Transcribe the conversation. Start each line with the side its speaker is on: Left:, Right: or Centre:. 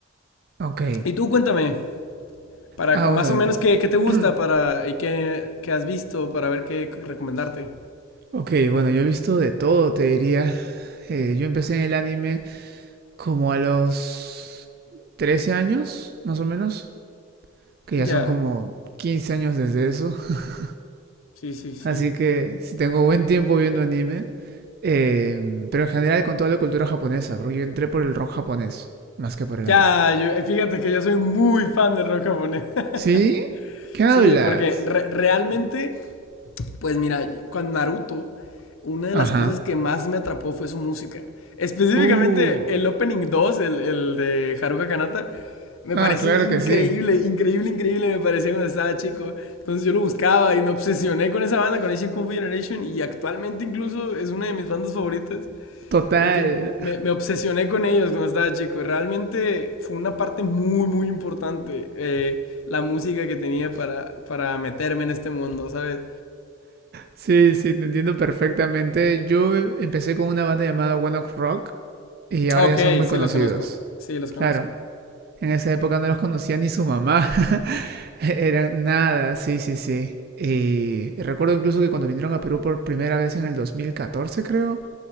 Right: ok.
Left: Y tú cuéntame, para
Right: Ah,
Left: con-
Right: bueno.
Left: más o menos qué, qué te gusta
Right: <clears throat>
Left: para, y qué, qué has visto para ver qué recomendarte.
Right: Ok, bueno, yo he visto de todo, te diría. Eh, yo empecé en el anime como a los 13 años, más o menos, que ya
Left: Ya.
Right: son como 15 años desde eso. <laughs>
Left: Sí, sí, sí.
Right: Así que si tengo buen tiempo viendo anime, eh, pero en general con toda la cultura japonesa, porque yo entré por el rock japonés, más que por el
Left: Ya,
Right: anime.
Left: yo, eh, fíjate que yo soy muy fan del rock japonés. <laughs>
Right: ¿Sí? ¿Qué hablas?
Left: Sí, porque re- realmente, pues mira, con Naruto, una de
Right: Ajá.
Left: las cosas que más me atrapó fue su música. Específicamente
Right: Uh.
Left: el Opening 2 el, el de Haruka Kanata, me
Right: Ah,
Left: parece
Right: claro
Left: increíble,
Right: que sí.
Left: increíble, increíble, me parecía cuando estaba chico. Entonces yo lo buscaba y me obsesioné con esa banda, con Asian Kung Fu Generation, y actualmente incluso es una de mis bandas favoritas.
Right: Total.
Left: porque me, me, obsesioné con ellos cuando estaba chico. Realmente fue una parte muy, muy importante eh, la música que tenía para, para, meterme en este mundo, ¿sabes?
Right: Sí, sí, te entiendo perfectamente. Yo em- empecé con una banda llamada One Ok Rock y ahora
Left: Ah, Ok,
Right: ya son muy
Left: sí
Right: conocidos.
Left: los conozco, sí los
Right: Claro,
Left: conozco.
Right: en esa época no los conocía ni su mamá. <laughs> <laughs> Eran nada, sí, sí, sí. Y recuerdo incluso que cuando vinieron a Perú por primera vez en el 2014 creo,